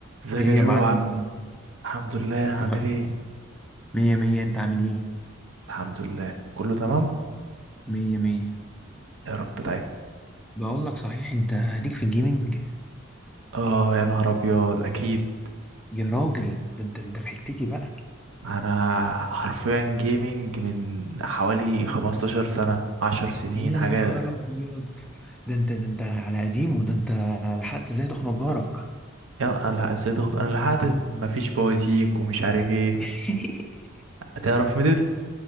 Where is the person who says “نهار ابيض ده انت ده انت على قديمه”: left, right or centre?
Centre